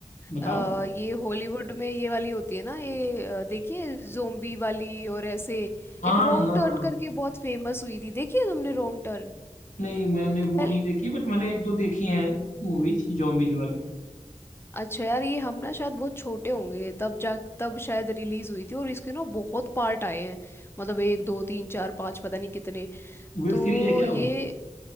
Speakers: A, on the left; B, on the left.
A: बताओ
B: अ, ये हॉलीवुड में ये वाली होती है ना ये अ, देखिए जोम्बी वाली और ऐसे
A: हाँ
B: एक रॉन्ग
A: हाँ
B: टर्न करके बहुत फेमस हुई थी देखिए तुमने रॉन्ग टर्न
A: नहीं मैंने वो
B: पहले
A: नहीं देखी बट मैंने एक दो देखी हैं मूवीज जॉम्बीज वाली
B: अच्छा यार ये हम ना शायद बहुत छोटे होंगे तब जा तब शायद रिलीज हुई थी और इसके ना बहुत पार्ट आए हैं मतलब एक दो तीन चार पाँच पता नहीं कितने
A: वेब
B: तो
A: सीरीज है क्या
B: ये
A: वो